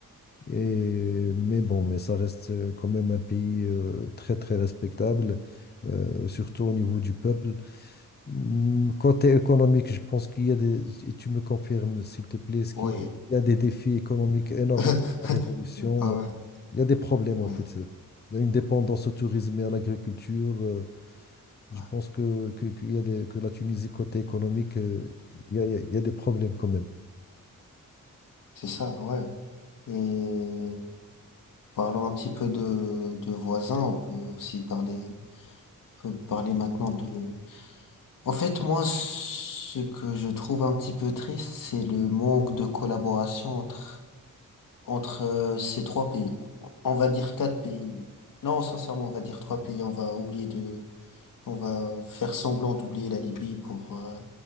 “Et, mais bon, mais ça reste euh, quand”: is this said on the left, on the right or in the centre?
Left